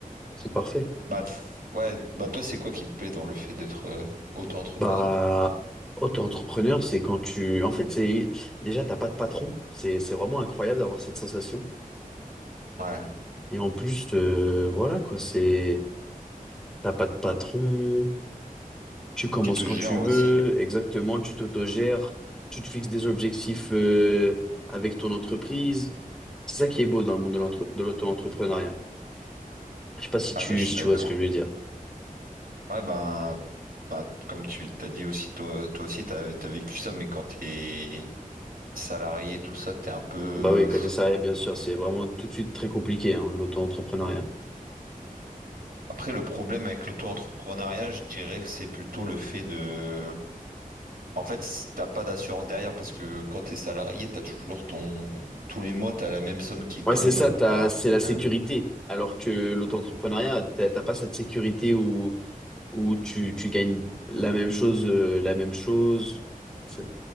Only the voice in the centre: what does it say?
C'est parfait.
Bah, auto-entrepreneur, c'est quand tu... En fait, c'est déjà, t'as pas de patron. C'est c'est vraiment incroyable d'avoir cette sensation.
Et en plus, euh, voilà quoi, c'est... T'as pas de patron, tu commences
quand
tu
veux, exactement, tu t'autogères, tu te fixes des objectifs euh, avec ton entreprise. C'est ça qui est beau dans le monde de l'entre- de l'auto-entrepreneuriat. Je sais pas si tu,
si
tu vois ce que je veux dire.
Bah oui, côté salarié, bien sûr, c'est vraiment tout de suite très compliqué, hein, l'auto-entrepreneuriat.
Ouais, c'est ça, t'as,
c'est
la sécurité.
Alors que l'auto-entrepreneuriat, t'as t'as pas cette sécurité où, où tu, tu gagnes la même chose, euh, la même chose. C'est-